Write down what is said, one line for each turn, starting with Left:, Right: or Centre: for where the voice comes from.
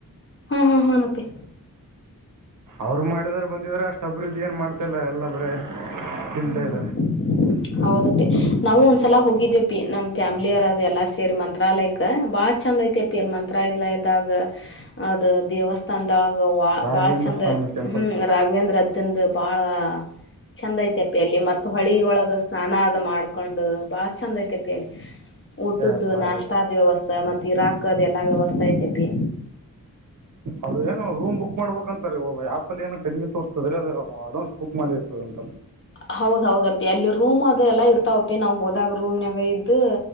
Left: ಹಾ ಹಾ ಹಾ ನತ್ತೆ <inaudible>
Right: ಅವ್ರು ಮಾಡಿದಾರ ಬಂದಿದ್ರ ಅಷ್ಟ್ ಅಭಿವೃದ್ಧಿ ಏನ್ ಮಾಡ್ತಲ್ಲ ಎಲ್ಲ ಬರೇ ತಿಂತಾ
Left: ಹ್ಮ್ ಹ್ಮ್
Right: ಇದ್ದಾರೆ
Left: ಹೌದು ನಾವು ಒಂದ್ಸಲಾ ಹೋಗಿದ್ವಿ ಅಪ್ಪಿ ನಮ್ ಫ್ಯಾಮಿಲಿ ಅವರದ್ ಎಲ್ಲಾ ಸೇರಿ ಮಂತ್ರಾಲಯಕ್ ಬಹಳ ಚಂದ ಐತಿಪಿ ಎಲ್ ಮಂತ್ರ ಇಲ್ಲ ಇದಾಗ ಅದು ದೇವಸ್ಥ ತಂದಳಗ
Right: ರಾಘವೇಂದ್ರ
Left: ಬಾಳ ಚಂದ
Right: ಸ್ವಾಮಿ ಟೆಂಪಲ್
Left: ಹ್ಮ್ ರಾಘವೇಂದ್ರ ಚಂದ ಬಾಳ ಚಂದ ಐತೆ ಅಲ್ಲಿ ಮತ್ತ ಹೊಳಿಳಗ ಸ್ನಾನ ಅದ ಮಾಡ್ಕೊಂಡು ಬಾಳ ಚಂದ ಐತೆ ಪ ಅಲ್ಲಿ ಊಟದು
Right: ಏ ಭಾರಿ
Left: ನಾಷ್ಟ
Right: ಐತೆ
Left: ಆದ ವ್ಯವಸ್ಥೆ ಮತ್ತ ಇರಾಕದ ಎಲ್ಲಾ ವ್ಯವಸ್ಥೆ ಐತೆಪಿ
Right: ಅದು ರೂಮ್ ಬುಕ್ ಮಾಡಬೇಕಕ್ಂತಾರೆ ಆ್ಯಪ ಅ ಏ ಕಡಿಮೆ ತೋರ್ತದೆ ಅದು ಅಡ್ವಾನ್ಸ್ ಬುಕ್ ಮಾಡಿರ್ತದ ಅಂತ
Left: ಹೌದ ಹೌದಪ್ಪಿ ಅಲ್ಲಿ ರೂಮ್ ಅದು ಎಲ್ಲಾ ಇರ್ತಾವಪಿ ನಾವು ಹೋದಾಗ ರೂಮ್ ನಾಗ ಇದ್ದು